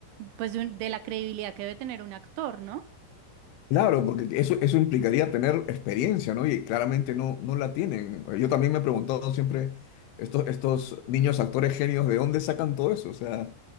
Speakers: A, on the right (about 80°); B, on the left (about 80°).
A: pues de, un- de la credibilidad que debe tener un actor, ¿no?
B: Claro, porque eso, eso implicaría tener experiencia, ¿no? Y claramente no, no la tienen. Yo también me he preguntado siempre, estos, estos niños actores genios, ¿de dónde sacan todo eso? O sea,